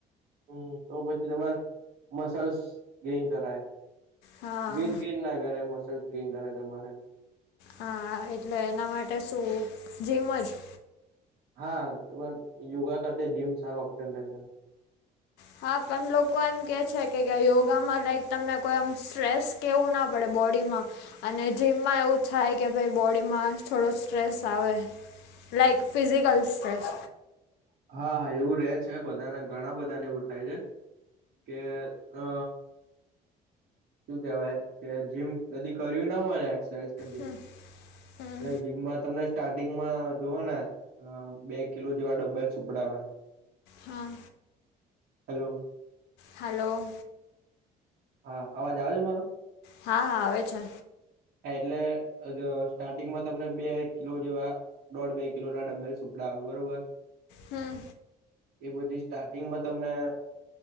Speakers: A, on the right; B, on the left.
A: હમ્મ તો પછી તમારે મસલ્સ ગેન કરાય.
B: હા
A: વેટ ગેઇન ના કરાય મસલ્સ ગેન કરાય તમારે
B: હા એટલે એના માટે શું જીમ જ.
A: હા <unintelligible> યોગા કરતા જીમ સારો ઓપ્શન રહેશે.
B: હા પણ લોકો એમ કે છે કે યોગામાં લાઈક તમને કોઈ આમ સ્ટ્રેસ કેવું ના પડે બોડી માં. અને જીમમાં એવું થાય કે, ભાઈ બોડીમાં થોડો સ્ટ્રેસ આવે. Like physical stress.
A: હા, હા, એવું રે છે, બધાના ઘણા બધાને એવું થાય છે કે, અ સુું કેવાય કે, જીમ કદી કર્યું ના હોય, એક્સરસાઝ કદી.
B: હમ હમ
A: એટલે જીમમાં તમને સ્ટાર્ટિંગમાં જોવાના. અ બે કિલો જેવા ડબ્બર સુપડવે.
B: હા.
A: હેલો.
B: હાલો.
A: હા, અવાજ આવે છે, મારો?
B: હા, હા, આવે છે.
A: એટલે સ્ટાર્ટિંગમાં તમને બે એક કિલો જેવા. દોઢ બે કિલો ના, ડમ્બર સુપડા બરોબર.
B: હા.
A: એ પછી સ્ટાર્ટિંગમાં તમને